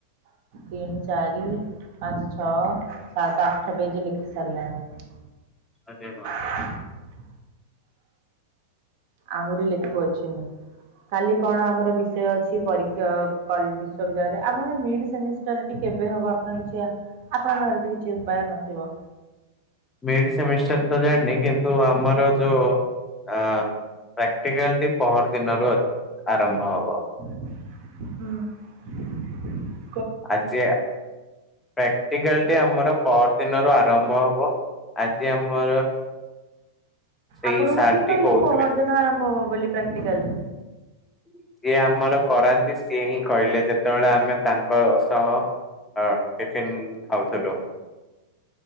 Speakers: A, on the right; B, on the left.
A: ତିନ ଚାରି। ପାଞ୍ଚ ଛଅ ସାତ ଆଠ ପେଜେ ଲେଖି ସାରିଲାଣି।
B: ଅଦ୍ୟା ବମ।
A: <inaudible> ଆହୁରି ଲେଖୁଅଛି ମୁଁ। କାଲି କଣ ଆମର ବିଷୟ ଅଛି ପରୀକ୍ଷା କଲ୍ ବିଶ୍ୱବିଦ୍ୟାଳୟରେ ଆମର ନିଡ୍ ସେମିଷ୍ଟ କେବେ ହବ ଆପଣ କିଛି ଆ ଆପଣଙ୍କ ପାଖରେ ତ କିଛି ଉପାୟ ନଥିବ।
B: ମିଡ ସେମିଷ୍ଟର ତ ଜାଣନି କିନ୍ତୁ ଆମର ଯୋଉ ଆ ପ୍ରାକ୍ଟିକାଲ ଟି ପହର ଦିନରୁ ଆରମ୍ଭ ହବ।
A: ହଁ।
B: ଆଜି ପ୍ରାକ୍ଟିକାଲଟି ଆମର ପଅରି ଦିନରୁ ଆରମ୍ଭ ହବ। ଆଜି ଆମର ସେଇ
A: ଆପଣଙ୍କୁ
B: ସାର୍
A: କିଏ
B: ଟି
A: କହିଲେ
B: କହୁଥିଲେ।
A: ପହର ଦିନରୁ ଆରମ୍ଭ ହବ ବୋଲି ପ୍ରାକ୍ଟିକାଲ?
B: <inaudible> ଯିଏ ଆମର କରାନ୍ତି ସିଏ ହିଁ କହିଲେ ଯେତେବେଳେ ଆମେ ତାଙ୍କ ସହ ଆ ଟିଫିନ୍ ଖାଉଥିଲୁ।